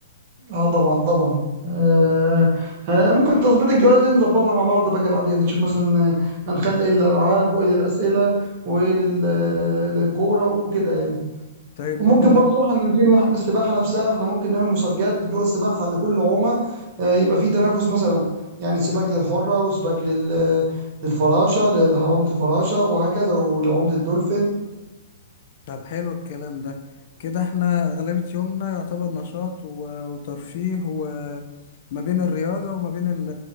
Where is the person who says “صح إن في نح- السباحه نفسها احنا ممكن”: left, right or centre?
Right